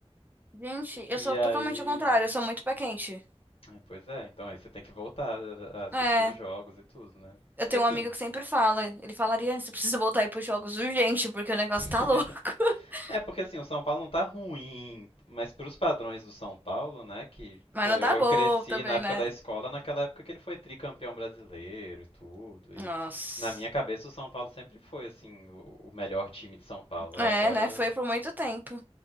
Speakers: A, on the right (about 15°); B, on the left (about 60°).
A: Gente, eu
B: E
A: sou
B: aí.
A: totalmente ao contrário, eu sou muito pé quente.
B: é, Pois é, então aí você tem que voltar a a assistir
A: É,
B: os jogos e tudo, né?
A: eu
B: Porque
A: tenho
B: assim,
A: um amigo que sempre fala, ele falaria, você precisa voltar aí pros jogos urgente, porque o negócio
B: <laughs>
A: tá louco. <laughs>
B: É, porque assim, o São Paulo não tá ruim, mas pros padrões do São Paulo, né, que,
A: Mas
B: pô,
A: não
B: eu,
A: tá
B: eu
A: bom
B: cresci
A: também,
B: na época
A: né?
B: da escola, naquela época que ele foi tricampeão brasileiro e tudo, e
A: Nossa.
B: na minha cabeça o São Paulo sempre foi, assim, o, o melhor time de São Paulo.
A: É,
B: Aí agora,
A: né? Foi por muito tempo.